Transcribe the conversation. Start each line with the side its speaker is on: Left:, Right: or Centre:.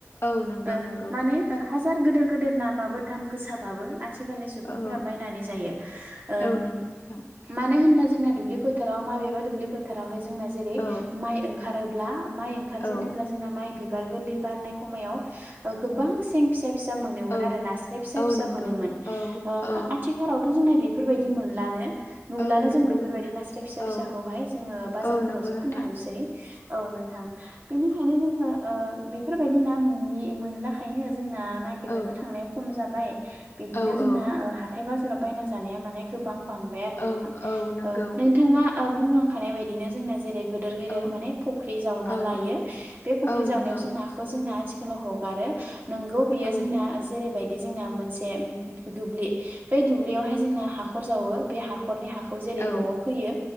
Left: औ नंगौ
Right: ओ
Left: नंगौ
Right: माने - हाजार गिदिर गिदिर नाबो दाम गोसा बाबो आथिखालनि
Left: औ
Right: सुबुंफोरा
Left: औ
Right: बायनानै जायो ओ
Left: औ नंगौ नोंथां
Right: मानो होनब्ला जोंना दुब्लि फोथाराव माबेबा दुब्लि फोथारावहाय जोंना जेरै
Left: औ
Right: माइ ओंखारोब्ला माइ ओंखारजेेनोब्ला
Left: औ
Right: जोंना माइ बिबार गोरलै बारनाय समायाव गोबां सिं फिसा फिसा मोनोमोन
Left: औ
Right: आरो नास्राय फिसा
Left: औ
Right: फिसा
Left: नंगौ
Right: मोनोमोन
Left: औ
Right: ओ
Left: औ
Right: आथि लावथ' जोंना बेफोरबायदि मोनलानो नुलानो
Left: औ नंगौ
Right: जों बेफोरबायदि
Left: मोननो
Right: नास्राय फिसा फिसाखौहाय
Left: औ
Right: जोङो बाजारफोरावसो
Left: औ नंगौ नोंथां
Right: फाननाय नुसै औ नोंथां बेनिखायनो जोङो ओ बेफोरबायदि ना मोन मोनलाखायनो जोंना ना गिरनोबो
Left: औ
Right: थांनाया खम जाबाय बिदिनो
Left: औ औ
Right: जोंना ओ हाथाय बाजाराव बायना जानाया माने गो बां बांबाय आरो
Left: औ
Right: नोंथां
Left: औ नंगौ
Right: ओ नोंथाङा बुंलांखानाय बायदिनो जोंना जेरै गेदेर गेदेर
Left: औ
Right: माने फख्रि जावना
Left: औ
Right: लायो बे फख्रि
Left: औ
Right: जावनायाव
Left: नंगौ
Right: जोंना जोंना आथिखालाव हगारो नोंगौ बेयो
Left: औ
Right: जोंना जेरैबायदि जोंना मोनसे दुब्लि बेै दुब्लियावहाय जोंना हाखर जावो बे हाखरनि हा खौ जेरै
Left: औ
Right: न'आव खोयो